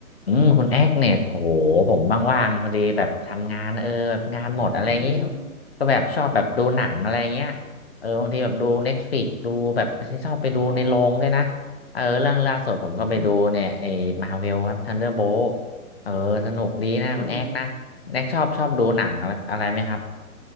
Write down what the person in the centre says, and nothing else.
อืม
อ๋อ
อืม
อืม อืมครับ